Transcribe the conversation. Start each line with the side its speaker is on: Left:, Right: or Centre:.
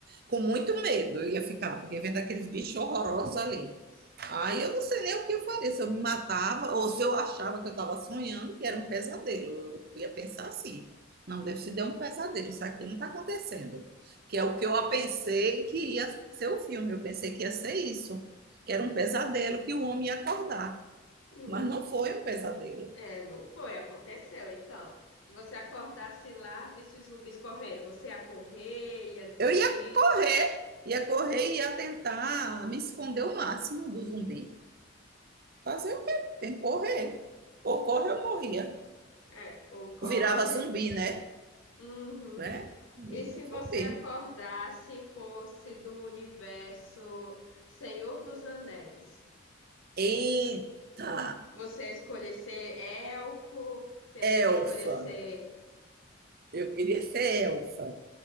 Right: Com muito medo eu ia ficar, porque vendo aqueles bichos horrorosos ali. Aí eu não sei nem o que eu faria, se eu me matava ou se eu achava que eu estava sonhando, que era um pesadelo. Eu ia pensar assim: não, Deus te deu um pesadelo, isso aqui não está acontecendo. Que é o que eu pensei que ia ser o filme, eu pensei que ia ser isso, que era um pesadelo que o homem ia acordar,
Left: Hum,
Right: mas não foi um pesadelo.
Left: é, não foi, aconteceu. Então, se você acordasse lá, visse os zumbis correndo, você ia correr, ia desistir.
Right: Eu ia correr, ia correr e ia tentar me esconder o máximo do zumbi. Fazer o quê? Tem que correr. Ou corre, eu morria.
Left: É, ou corre.
Right: Eu virava zumbi, né?
Left: Uhum.
Right: né? Vamos
Left: E se você
Right: saber.
Left: acordasse e fosse do universo Senhor dos Anéis?
Right: Eita,
Left: Você ia escolher ser elfo? Você ia ser-
Right: elfa.
Left: escolher ser.
Right: Eu queria ser elfa.